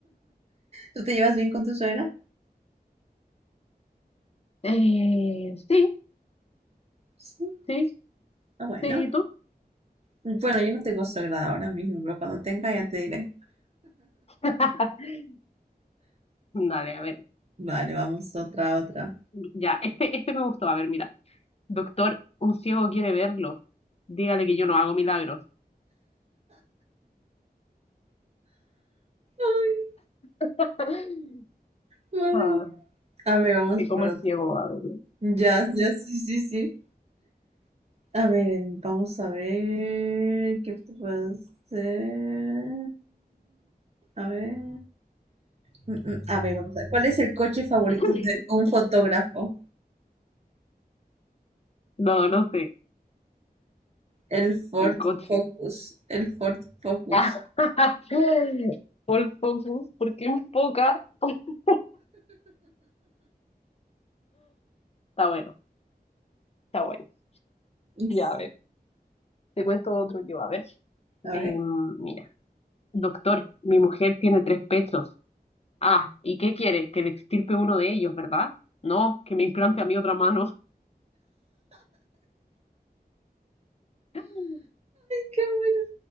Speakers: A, on the right; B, on the left.
A: ¿Tú te llevas bien con tu suegra?
B: Eh, sí,
A: Sí.
B: sí,
A: Ah, bueno.
B: sí, ¿y tú?
A: Bueno, yo no tengo suegra ahora mismo, pero cuando tenga ya te diré.
B: <laughs> Dale, a ver.
A: Vale, vamos otra, otra.
B: Ya, este, este me gustó. A ver, mira. Doctor, un ciego quiere verlo. Dígale que yo no hago milagros.
A: Ay,
B: <laughs>
A: madre
B: Ah,
A: mía. A ver, vamos
B: que como
A: por
B: el
A: otra.
B: ciego va a verlo.
A: Ya, ya, sí, sí, sí. A ver, em, vamos a ver qué te puedo hacer. A ver. Mm, mm, A ver, vamos a ver. ¿Cuál es el coche favorito
B: <gasps>
A: de un fotógrafo?
B: No, no sé.
A: El Ford
B: El coche.
A: Focus. El Ford Focus.
B: <laughs> Full focus, porque enfoca. <laughs> Está bueno, está bueno.
A: Es-
B: Ya, a ver, te cuento otro yo. A ver,
A: A
B: Em,
A: ver,
B: mira, doctor, mi mujer tiene tres pechos. Ah, ¿y qué quiere? Que le extirpe uno de ellos, ¿verdad? No, que me implante a mi otra mano. <laughs>
A: qué bueno.